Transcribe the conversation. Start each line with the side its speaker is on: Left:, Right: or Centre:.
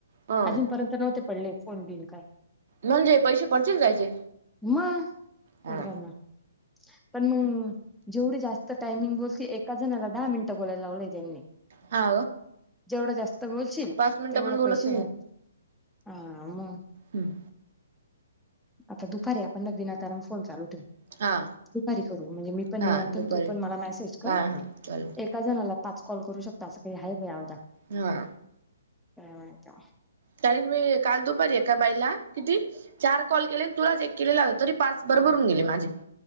Right: ह
Centre: अजूनपर्यंत नव्हते पडले फोन बिन कायं.
Right: म्हणजे पैसे पडतील कायचे
Centre: मगं
Right: हा
Centre: कट झाला. पण मगं जेवढी जास्त टाइमिंग बोलते एका जणाला दहा मिनटं बोलायला लावले त्यांनी.
Right: हा
Centre: जेवढं जास्त बोलशील
Right: पाच मिनिटं
Centre: तेवढं
Right: पण बोलत
Centre: पैसे वाढतील हा. मग
Right: हम्म.
Centre: आता दुपारी ना आपण विनाकारण फोन चालू ठेव-
Right: हा
Centre: दुपारी म्हणजे मी पण
Right: हा
Centre: निवांत
Right: दुपारी
Centre: तू पण मला मेसेज कर
Right: हा हा चालेल
Centre: एका जणाला. पाच कॉल करू शकता असं काही आहे अवदा.
Right: हा.
Centre: <inaudible>
Right: कारण मी काल दुपारी एका बाईला किती चार कॉल केले तुलाच एक केलेला होता तरी पाच. भरभरून गेले माझे.